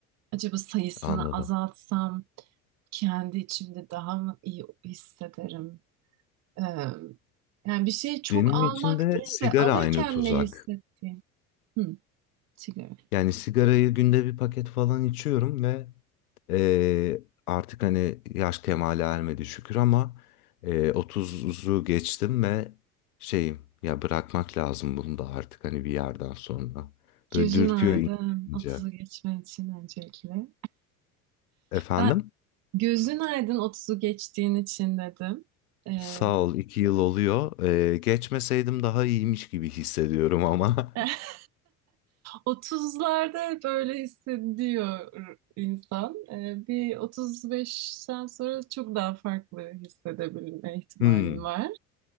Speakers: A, on the right; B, on the left.
A: Acaba sayısını
B: anladım.
A: azaltsam kendi içimde daha mı iyi hissederim? Ee, yani bir şeyi çok
B: Benim
A: almak
B: için de
A: değil
B: sigara
A: de alırken
B: aynı tuzak.
A: ne hissettiğim. Hı, sigara.
B: Yani sigarayı günde bir paket falan içiyorum ve eee, artık hani yaş kemale ermedi şükür ama eee 30'u geçtim ve şeyim ya bırakmak lazım bunu da artık hani bir yerden sonra. Böyle
A: Gözün
B: dürtüyor
A: aydın,
B: ince ince.
A: 30'u geçmen için öncelikle.
B: Efendim?
A: Ben Gözün aydın 30'u geçtiğin için dedim. Ee,
B: Sağ ol iki yıl oluyor. Eee, geçmeseydim daha iyiymiş gibi hissediyorum ama.
A: <laughs>
B: <laughs>
A: 30'larda böyle hissediyor insan. Ee, bir 35'ten sonra çok daha farklı hissedebilme ihtimalin
B: Hmm,
A: var.